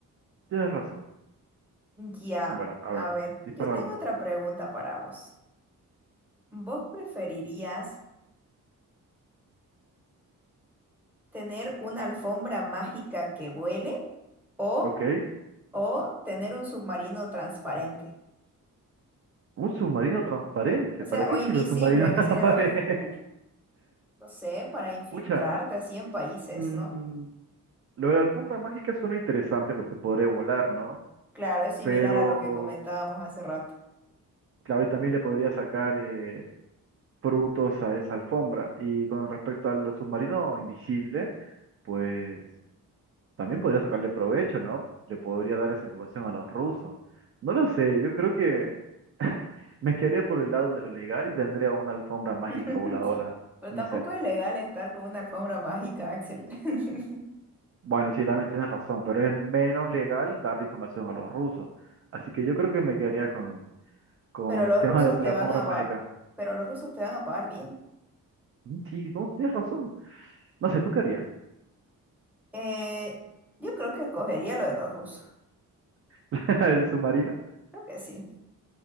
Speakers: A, on the right (about 45°); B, in the centre.
A: Tienes razón.
B: Ya,
A: Bueno, a
B: a
A: ver,
B: ver,
A: disparo
B: yo tengo
A: alguna.
B: otra pregunta para vos. ¿Vos preferirías tener una alfombra mágica que vuele o,
A: Ok.
B: o tener un submarino transparente?
A: Un submarino transparente.
B: O sea,
A: ¿Para qué
B: o invisible,
A: quiero un submarino
B: que
A: <laughs> transparente?
B: sería lo, <laughs> no sé, para infiltrarte
A: Pucha.
B: así en países,
A: mm,
B: ¿no?
A: Lo de la alfombra mágica suena interesante porque podría volar, ¿no?
B: Claro, es similar
A: Pero,
B: a lo que comentábamos hace rato.
A: claro, y también le podría sacar eh, frutos a esa alfombra. Y con respecto al submarino invisible, pues también podría sacarle provecho, ¿no? Le podría dar esa información a los rusos. No lo sé, yo creo que <laughs> me quedaría por el lado de lo legal y tendría una alfombra mágica
B: <laughs>
A: voladora.
B: Pero
A: No
B: tampoco
A: sé.
B: es legal estar con una alfombra mágica, Axel. <laughs>
A: Bueno, sí, también tienes razón, pero es menos legal darle información a los rusos. Así que yo creo que me quedaría con
B: Pero los
A: el tema
B: rusos
A: de
B: te
A: la alfombra
B: van a
A: mágica.
B: va- pero los rusos te van a pagar bien.
A: Mm, Sí, no, tienes razón. No sé, ¿tú querías
B: Eh, yo creo que escogería lo de los rusos.
A: <laughs> el submarino?
B: Creo que sí.